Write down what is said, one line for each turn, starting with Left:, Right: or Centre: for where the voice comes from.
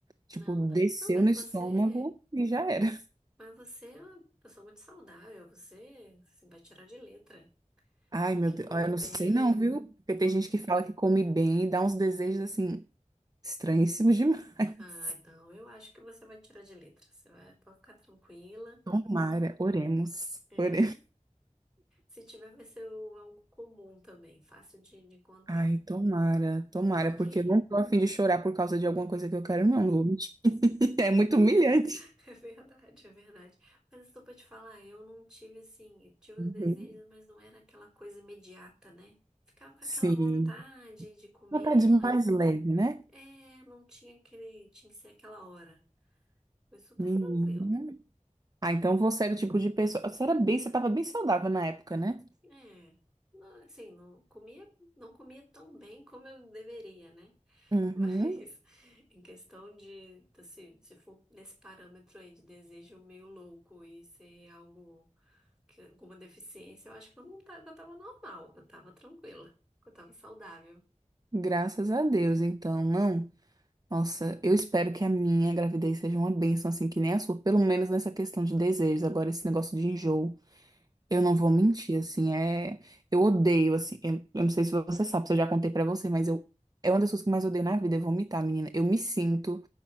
Right: tipo,
Centre: Não.
Right: desceu
Centre: Não, mas
Right: no estômago
Centre: você.
Right: e já era.
Centre: Mas você é uma pessoa muito saudável, você assim, vai tirar de letra.
Right: Ai,
Centre: Tem
Right: meu
Centre: que
Right: Deus,
Centre: comer
Right: olha, eu não
Centre: bem,
Right: sei não, viu? Porque tem
Centre: nutrir.
Right: gente que fala que come bem e dá uns desejos assim estranhíssimos demais.
Centre: Ah, então eu acho que você vai tirar de letra. Você vai, pode ficar tranquila.
Right: <laughs> Tomara, oremos.
Centre: É.
Right: Oremos.
Centre: Se tiver, vai ser o- algo comum também, fácil de, de encontrar.
Right: Ai, tomara, tomara,
Centre: Porque
Right: porque eu não tô a fim de chorar por causa de alguma coisa que eu quero, não, Lute. <laughs> É muito humilhante.
Centre: <laughs> é verdade, é verdade. Mas estou para te falar, eu não tive assim, eu tive
Right: Uhum.
Centre: os desejos, mas não era aquela coisa imediata, né? Ficava com
Right: Sim.
Centre: aquela vontade de comer,
Right: Vontade
Centre: mas
Right: mais leve, né?
Centre: é, não tinha aquele, tinha que ser aquela hora. Foi super
Right: Menina.
Centre: tranquilo.
Right: Ah, então você era o tipo de pessoa. Você era bem, você tava bem saudável na época, né?
Centre: É, não, assim, não comia, não comia tão bem como eu deveria, né?
Right: Uhum.
Centre: Mas <laughs> em questão de, assim, se for nesse parâmetro aí de desejo meio louco e ser algo, que, alguma deficiência, eu acho que eu não tava, que eu tava normal, que eu tava tranquila, que eu tava saudável.
Right: Graças a Deus, então, não. Nossa, eu espero que a minha gravidez seja uma bênção, assim, que nem a sua, pelo menos nessa questão de desejos. Agora, esse negócio de enjoo. Eu não vou mentir, assim, é. Eu odeio, assim, eu, eu não sei se você sabe, se eu já contei pra você, mas eu. É uma das coisas que eu mais odeio na vida, é vomitar, menina. Eu me sinto.